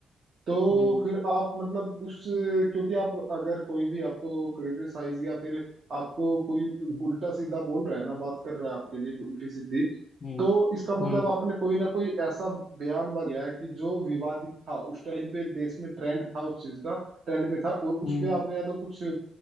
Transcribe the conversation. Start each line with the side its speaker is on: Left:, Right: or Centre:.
Right: तो
Left: हम्म
Right: फिर आप मतलब उस क्योंकि आप अगर कोई भी आपको क्रिटिसाइज या फिर आपको कोई
Left: हम्म
Right: उल्टा सीधा बोल रहा है ना बात कर रहा है आपके लिए उल्टी सीधी
Left: हम्म
Right: तो इसका मतलब
Left: हम्म
Right: आपने कोई ना कोई ऐसा बयान दिया है कि जो विवादित था उस टाइम पे देश में ट्रेंड था उस चीज का ट्रेंड पे था और उस
Left: हम्म
Right: पे आपने या तो कुछ अ,